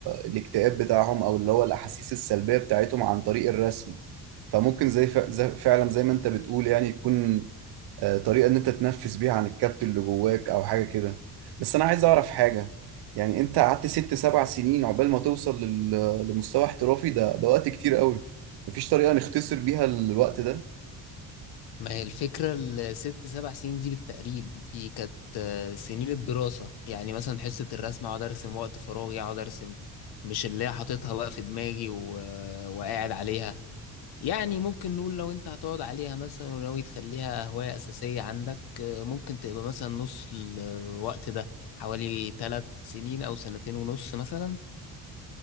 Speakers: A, on the right; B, on the left.
A: الاكتئاب بتاعهم او اللي هو الاحاسيس السلبية بتاعتهم عن طريق الرسم فممكن زي ف... زي فعلا زي ما انت بتقول يعني يكون آه، طريقة إن أنت تنفس بيها عن الكبت اللي جواك أو حاجة كده بس أنا عايز أعرف حاجة يعني أنت قعدت ست سبع سنين عقبال ما توصل لل... لمستوى احترافي ده ده وقت كتير قوي مفيش طريقة نختصر بيها الوقت ده
B: ما هي الفكرة الست سبع سنين دي بالتقريب دي كانت آه، سنين الدراسة يعني مثلا حصة الرسم أقعد أرسم وقت فراغي أقعد أرسم مش اللي هي حاططها بقى في دماغي و... وقاعد عليها يعني ممكن نقول لو انت هتقعد عليها مثلا وناوي تخليها هواية أساسية عندك آه، ممكن تبقى مثلا نص الوقت ده حوالي ثلاث سنين أو سنتين ونص مثلا